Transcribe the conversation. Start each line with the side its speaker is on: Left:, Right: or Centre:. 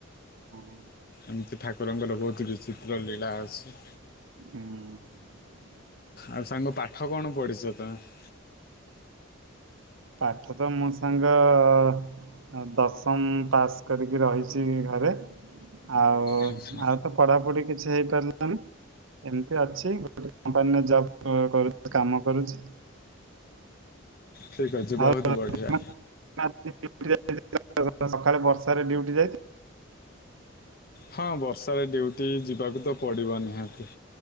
Right: ହୁଁ।
Left: ଏମିତି ଠାକୁରଙ୍କର ବହୁତ ବିଚିତ୍ର ଲୀଳା ଅଛି।
Right: ହୁଁ।
Left: ଆଉ ସାଙ୍ଗ ପାଠ କଣ ପଢ଼ିଚ ତମେ?
Right: ପାଠ ତ ମୁଁ ସାଙ୍ଗ ଅ ଅ ଆଉ ଦଶମ ପାସ୍ କରିକି ରହିଚି ଘରେ। ଆଉ
Left: ଆଚ୍ଛା
Right: ଆଉ ତ ପଢ଼ାପୁଢ଼ି କିଛି ହେଇ ପାରିଲାନି। ଏମିତି ଅଛି ଗୋଟେ କମ୍ପାନୀରେ ଜବ କରୁଛି କାମ କରୁଛି।
Left: ଠିକ୍ ଅଛି
Right: ଆଉ
Left: ବହୁତ ବଢ଼ିଆ।
Right: ତମେ <inaudible> ସକାଳେ ବର୍ଷାରେ ଡ୍ୟୁଟି ଯାଇଥିଲ।
Left: ହଁ ବର୍ଷାରେ ଡ୍ୟୁଟି ଯିବାକୁ ତ ପଡିବ ନିହାତି।